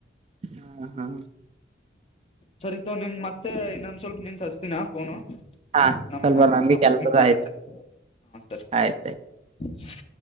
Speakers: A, on the right; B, on the left.
A: ಹ್ಮ ಹಾ.
B: ಸರಿ ತಗೋ ನಿನ್ ಮತ್ತೆ ಇನ್ನೊಂದ ಸ್ವಲ್ಪ ನಿಂತ ಹಚ್ಚತಿನ ಫೋನು.
A: ಹಾ
B: ನಮ್ಮ
A: ಸ್ವಲ್ಪ ನಮ್ಗೆ
B: ನಮ್ಮ ಮಮ್ಮಿ
A: ಕೆಲ್ಸದ
B: ಫೋನ
A: ಆಯ್ತು
B: ಹಚ್ಚಕತಾತಿ ಹಾ ಸರಿ.
A: ಆಯ್ತು